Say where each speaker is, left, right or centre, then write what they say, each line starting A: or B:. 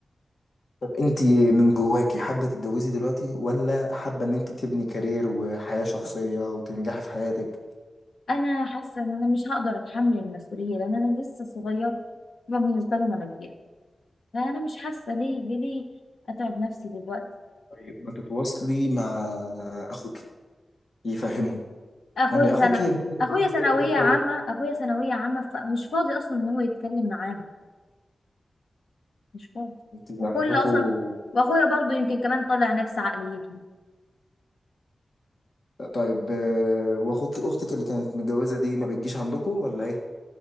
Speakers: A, on the left; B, on the left.
A: طب انت من جواكي حابه تتجوزي دلوقتي ولا حابه ان انت تبني كارير وحياه شخصيه وتنجحي في حياتك
B: انا حاسه ان انا مش هقدر اتحمل المسؤوليه لان انا لسه صغيره ما بالنسبه لهم انا كبيره فانا مش حاسه ليه ليه ليه اتعب نفسي دلوقتي
A: طيب ما تتواصلي مع اخوك يفهمهم
B: اخويا
A: يعني
B: سنه
A: اخوك ممكن يكون
B: اخويا
A: عنده
B: ثانويه
A: كده دور كويس
B: عامه اخويا ثانويه عامه فمش فاضي اصلا ان هو يتكلم معاهم مش فاضي
A: انت
B: وكل
A: عندكوا
B: اصلا واخويا برضو يمكن كمان طالع نفس عقليتهم
A: طيب آه، واخوك اختك اللي كانت متجوزه دي ما بتجيش عندكوا ولا ايه